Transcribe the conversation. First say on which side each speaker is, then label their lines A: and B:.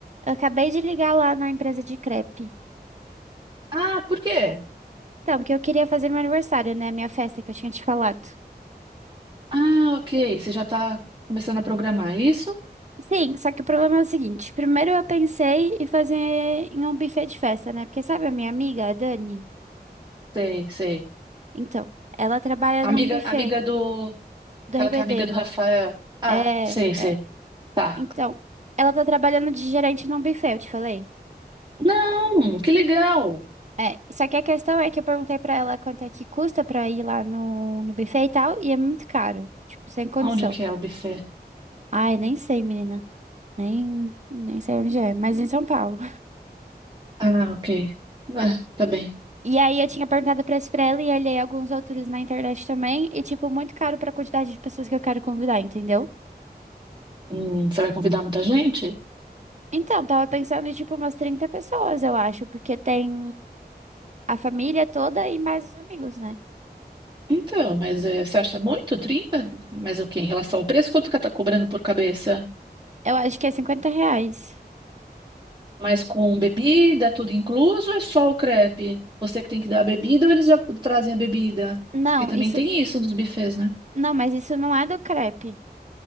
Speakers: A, on the right; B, on the right.
A: Eu acabei de ligar lá na empresa de crepe.
B: Ah, por quê?
A: Então, porque eu queria fazer meu aniversário, né? Minha festa que eu tinha te falado.
B: Ah, ok. Você já tá começando a programar é isso?
A: Sim, só que o problema é o seguinte. Primeiro eu pensei em fazer em um buffet de festa, né? Porque sabe a minha amiga, a Dani?
B: Sei, sei.
A: Então, ela trabalha
B: Amiga,
A: num buffet
B: amiga do.
A: do
B: Aquela
A: RBD.
B: que é amiga do Rafael. Ah,
A: É,
B: sei, sei.
A: é.
B: Tá.
A: Então, ela tá trabalhando de gerente num buffet, eu te falei.
B: Não, que legal.
A: É, só que a questão é que eu perguntei pra ela quanto é que custa pra ir lá no, no buffet e tal, e é muito caro. Tipo, sem condição.
B: Onde que é o buffet?
A: Ai, nem sei, menina. Nem, nem sei onde é, mas em São Paulo.
B: Ah, ok. Ah, tá bem.
A: E aí eu tinha perguntado pra isso pra ela e olhei alguns outros na internet também. E, tipo, muito caro pra quantidade de pessoas que eu quero convidar, entendeu?
B: Hum, você vai convidar muita gente?
A: Então, tava pensando em, tipo, umas 30 pessoas, eu acho. Porque tem a família toda e mais os amigos, né?
B: Então, mas eh, você acha muito? trinta? Mas o quê? Em relação ao preço, quanto que ela tá cobrando por cabeça?
A: Eu acho que é cinquenta reais.
B: Mas com bebida, tudo incluso, ou é só o crepe? Você que tem que dar a bebida ou eles já trazem a bebida?
A: Não,
B: Porque também
A: isso...
B: tem isso nos buffets, né?
A: Não, mas isso não é do crepe.